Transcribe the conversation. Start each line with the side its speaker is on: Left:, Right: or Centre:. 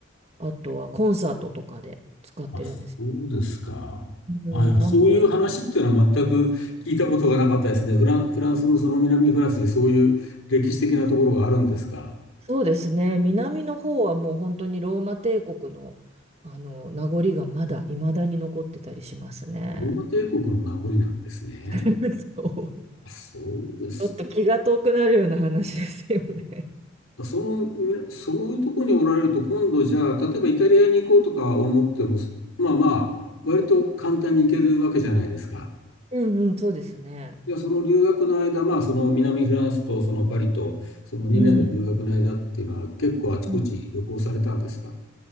Right: あとはコンサートとかで使ってるんです。
Left: あ、そうですか。
Right: うん、
Left: あ、いやそういう話っていうのは全く聞いたことがなかったですね。
Right: なので、
Left: フラン、フランスのその南フランスにそういう歴史的なところがあるんですか。
Right: そうですね、南の方はもう本当にローマ帝国の、あの名残がまだ未だに残ってたりしますね。
Left: ローマ帝国の名残なんですね。
Right: <laughs> そう
Left: あ、そうです
Right: ちょっと気が遠くなるような話ですよね。
Left: か。その、みなそういうところにおられると、今度じゃあ、例えばイタリアに行こうとか思っても、まあまあ、割と簡単に行けるわけじゃないですか。
Right: うんうん、そうですね。
Left: いや、その留学の間、まあ、その南フランスとそのパリと、その2年の留学の間っていうのは、
Right: うん。
Left: 結構あちこち旅行されたんですか
Right: うん